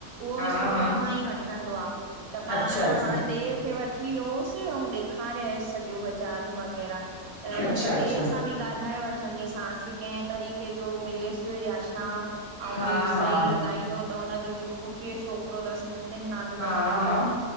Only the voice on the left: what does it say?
हा
हा
अच्छा
अच्छा
अच्छा
अच्छा
हा
हा
हा
हा